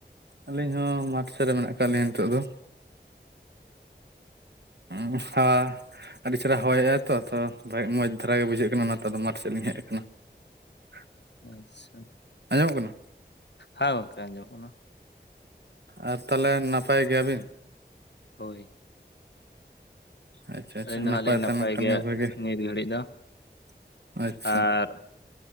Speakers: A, on the right; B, on the left.
A: ᱟᱹᱞᱤᱧ ᱦᱚᱸ ᱢᱟᱴ ᱥᱮᱫ ᱨᱮ ᱢᱮᱱᱟᱜ ᱟᱠᱟᱫ ᱞᱤᱧᱟ ᱱᱤᱛᱚᱜ ᱫᱚ ᱦᱩ, ᱟᱨ ᱟᱹᱰᱤ ᱪᱮᱨᱦᱨᱟ ᱦᱚᱭ ᱮᱜᱟᱭ ᱛᱚ ᱛᱚ ᱵᱷᱟᱜ ᱢᱚᱡᱽ ᱫᱷᱟᱨᱟ ᱜᱮ ᱵᱩᱡᱷᱟᱹᱜ ᱠᱟᱱᱟ, ᱚᱱᱟᱛᱮ ᱫᱚ ᱢᱟᱴᱷ ᱥᱮᱫ ᱞᱤᱧ ᱦᱮᱡ ᱟᱠᱟᱱᱟ ᱾ <inaudible>
B: ᱟᱪᱪᱷᱟ
A: ᱟᱸᱡᱚᱢᱚᱜ ᱠᱟᱱᱟ ᱾
B: ᱦᱮᱸ ᱜᱚᱝᱠᱮ ᱟᱸᱡᱚᱢᱚᱜ ᱠᱟᱱᱟ ᱾
A: ᱟᱨ ᱛᱟᱦᱚᱞᱮ ᱱᱟᱯᱟᱭ ᱜᱮᱭᱟ ᱵᱤᱱ?
B: ᱦᱳᱭ ᱾
A: ᱟᱪᱷᱟ ᱟᱪᱷᱟ
B: ᱟᱹᱞᱤᱧ ᱫᱚ
A: ᱱᱟᱯᱟᱭ
B: ᱦᱟᱸᱜ ᱞᱤᱧ
A: ᱛᱟᱦᱮ ᱞᱮᱱ ᱠᱷᱟᱱ
B: ᱜᱮᱭᱟ
A: ᱜᱮ ᱵᱷᱟᱹᱜᱮ
B: ᱱᱤᱛ ᱜᱷᱟᱹᱲᱤᱡ ᱫᱚ
A: ᱾ ᱟᱪᱪᱷᱟ
B: ᱟᱨ